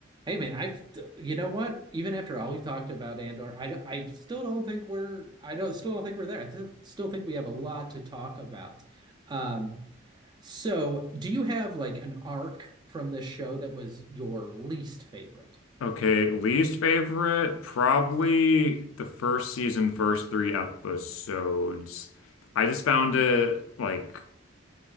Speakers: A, on the right (about 20°); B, on the left (about 80°).
A: Hey man, I've you know what? Even after all we've talked about Andor, I I still don't think we're I don't still don't think we're there. I th still think we have a lot to talk about. Um, so do you have like an arc from this show that was your least favorite?
B: Okay, least favorite, probably the first season, first three episodes. I just found it
A: Mm-hmm.
B: like